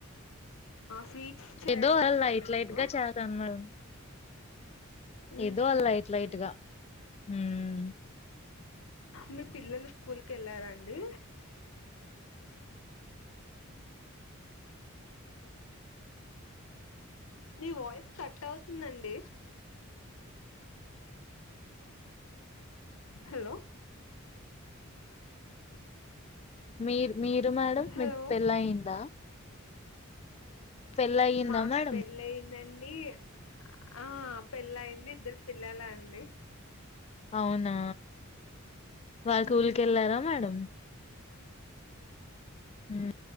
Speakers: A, on the left; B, on the left.
A: స్వీట్స్ ఆ చేయడం
B: ఏదో అలా
A: వచ్చాండి
B: లైట్ లైట్
A: మీకు
B: గా చేశాను మేడం
A: ఉహు
B: ఏదో అ లైట్ లైట్గా ఉమ్
A: మీ పిల్లలు స్కూల్ కి వెళ్ళారండి మీ వాయిస్ కట్ అవుతుందండి హలో <inaudible>
B: మీరు మీరు మేడం
A: హలో
B: మీకు పెళ్లయిందా పెళ్ళయిందా
A: మాకు
B: మేడం
A: పెళ్ళి అయిందం ఈ ఆ పెళ్ళయింది ఇద్దరు పిల్లల అండి
B: అవునా వాళ్ళు
A: ఉమ్
B: స్కూల్ కెళ్ళారా మేడం మ్మ్